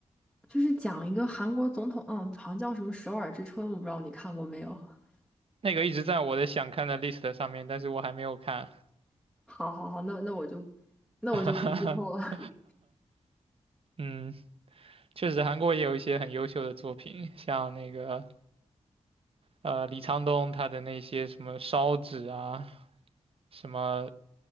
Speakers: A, in the centre; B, on the right.
A: 就是讲一个韩国总统，嗯，好像叫什么《首尔之春》，我不知道你看过没有。<laughs>
B: 那个一直在我的想看的 list 上面，但是我还没有看。
A: 好好好，那那我就那我就不剧透了。
B: <laughs>
A: <laughs>
B: 嗯，确实韩国也有一些很优秀的作品，像那个呃，李沧东他的那些什么烧纸啊，什么